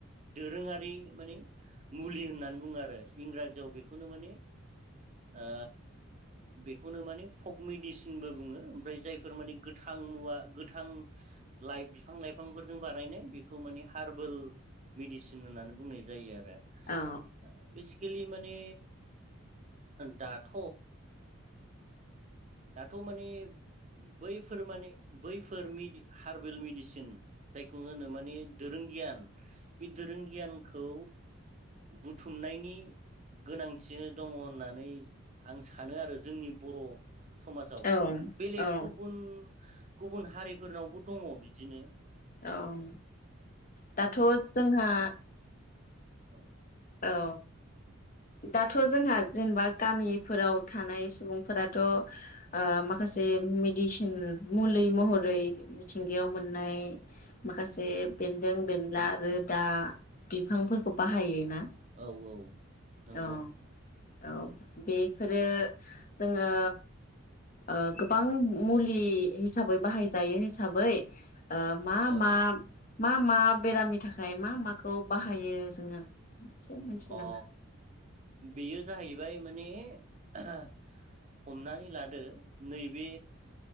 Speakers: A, on the right; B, on the left.
A: दोरोङारि माने मुलि होननानै बुङो आरो । इंराजियाव बेखौनो माने आ बेखौनो माने फक मेडिसिनबो बुङो ओमफ्राय जायफोर माने गोथां मुवा गोथां लाइ बिफां लाइफांफोरजों बानायनाय बेखौ माने हार्बेल मेडिसिन होननानै बुंनाय जायो आरो
B: औ
A: । बे लि माने दाथ' दाथ' माने बैफोर माने बैफोर हार्बेल मेडिसिन जायखौ होनो माने दोरों गियान बे दोरों गियानखौ बुथुमनायनि गोनांथिनो दङ होननानै आं सानो आरो । जोंनि बर' समाजाव
B: औ
A: माने बेलेग
B: औ
A: गुबुन गुबुन हारिफोरनावबो दङ बिदिनो।
B: औ दाथ' जोंहा
A: औ।
B: औ। दाथ' जोंहा जेनेबा गामिफोराव थानाय सुबुंफोराथ' ओ माखासे मेडिसिन मुलि महरै मिथिंगायाव मोननाय माखासे बेन्दों बेनला रोदा बिफांफोरखौ बाहायोना।
A: औ औ नंगौ।
B: औ औ बेफोरो जोङो ओ गोबां मुलि हिसाबै बाहायजायो हिसाबै ओ मा
A: औ
B: मा मा मा बेरामनि थाखाय मा माखौ बाहायो जोङो एसे मिथियो
A: अ
B: नामा?
A: बेयो जाहैबाय माने हमनानै लादो नैबे